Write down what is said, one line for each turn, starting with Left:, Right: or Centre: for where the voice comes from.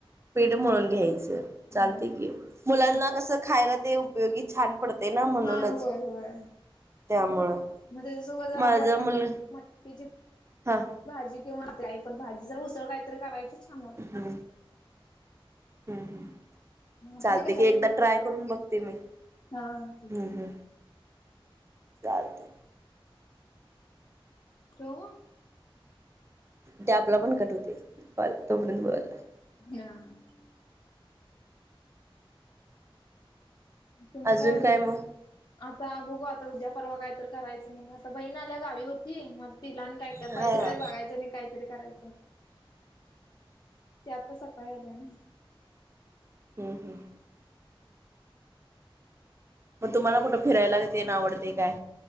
Right: पीठ म्हळून घ्यायचं
Left: हम्म
Right: चालते की मुलांना
Left: आणि
Right: कसं
Left: मग
Right: खायला ते उपयोगी छान पडते ना म्हणूनच
Left: हा होय, होय!
Right: त्यामुळं
Left: म त्याच्यासोबत जरा
Right: माझा
Left: वाटाने
Right: मुल
Left: मटकीची
Right: हा
Left: भाजी किंवा होत आहे, पण भाजी जर उसळ कायतरी करायची? छान होते
Right: हूं हूं हूं!
Left: आपली
Right: चालते
Left: कशाची
Right: की एकदा
Left: पण उसळ
Right: ट्राय करून बघते मी
Left: हा ठीक
Right: हूं
Left: आहे
Right: हूं. चालत.
Left: ठेऊ.
Right: ते आपला पण कट होतय कॉल तोपर्यंत बोला.
Left: यां! तुम्ही
Right: अजून
Left: वगैरे
Right: काय म?
Left: आता बघू आता उद्या परवा काय तर करायचं मग, आता बहीण आल्या गावी होती मग. तिला आणि काय, काय
Right: हा
Left: पाहिजे
Right: हा
Left: ते बघायचं नी काही तरी कराय ती आता सकाळी आल्या न.
Right: हूं हूं! म तुम्हाला कुठं फिरायला तेन आवडतेय काय?